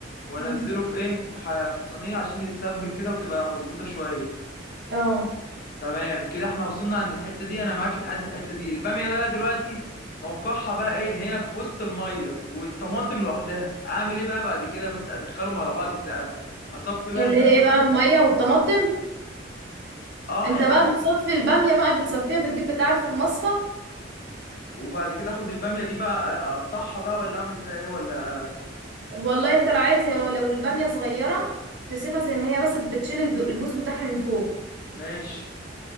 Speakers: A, on the left (about 50°); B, on the right (about 65°).
A: وأنزله
B: مم.
A: في إيه في, ح... في صينية عشان يتسبك كده وتبقى مظبوطة شوية
B: اه
A: تمام كده احنا وصلنا عند الحته دي انا معاك لحد الحته دي الباميه بقى دلوقتي موقعها بقى ايه ان هي في وسط الميه والطماطم لوحدها اعمل ايه بقى بعد كده مثلا ادخلهم على بعض ازاي اصفي بقى
B: اللي
A: الباميه
B: هي ايه بقى
A: وكده
B: الميه والطماطم
A: اه
B: انت
A: يعني
B: بقى بتصفي الباميه بقى بتصفيها بتجيب بتاع في المصفى
A: وبعد كده اخد الباميه دي بقى اقطعها بقى ولا اعمل فيها ايه ولا
B: والله انت لو عايز هي- لو الباميه صغيره تسيبها زي ما هي بس بتشيل الب- البوز بتاعها من فوق
A: ماشي